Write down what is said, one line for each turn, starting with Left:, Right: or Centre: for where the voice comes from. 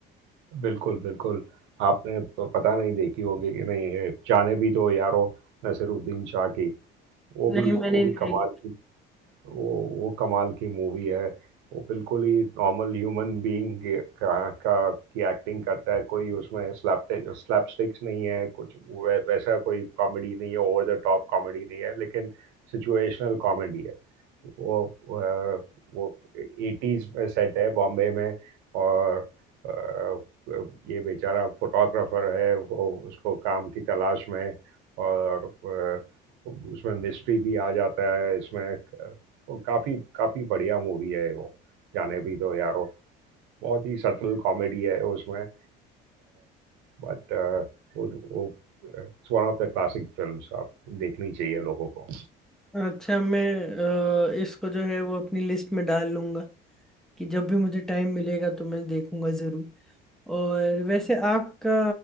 Right: बिल्कुल, बिल्कुल। आपने प पता नहीं देखी होगी कि नहीं, ये जाने भी दो यारो नसीरुद्दीन शाह की, वो भी
Centre: नहीं मैंने
Right: वो भी
Centre: नहीं
Right: कमाल
Centre: देखी
Right: की वो वो कमाल की मूवी है वो बिल्कुल ही नॉर्मल ह्यूमन बीइंग का, का की एक्टिंग करता है कोई उसमें स्लैप स्लैपस्टिक्स नहीं है कुछ वै, वैसा कोई कॉमेडी नहीं है ओवर द टॉप कॉमेडी नहीं है लेकिन सिचुएशनल कॉमेडी है वो अ, वो एटीज में सेट है बॉम्बे में और अ, ये बेचारा फोटोग्राफर है वो उसको काम की तलाश में और अ, उसमें मिस्ट्री भी आ जाता है इसमें वो काफ़ी काफ़ी बढ़िया मूवी है वो जाने भी दो यारो बहुत ही सटल कॉमेडी है उसमें बट वो वो it's one of the classic films आप देखनी चाहिए लोगों को
Centre: अच्छा मैं अ, इसको जो है वो अपनी लिस्ट में डाल लूंगा कि जब भी मुझे टाइम मिलेगा तो मैं देखूंगा जरूर और वैसे आपका